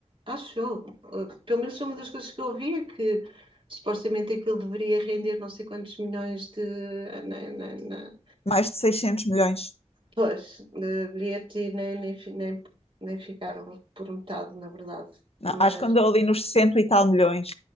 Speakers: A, on the right; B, on the left.
A: Acho eu. Uh, pelo menos foi uma das coisas que eu ouvi é que supostamente aquilo deveria render não sei quantos milhões de. Na, na, na,
B: Mais de 600 milhões.
A: pois, de bilhetes e nem, nem, nem, nem ficaram por metade, na verdade.
B: Não,
A: Mas
B: acho que andou ali nos 60 e tal milhões.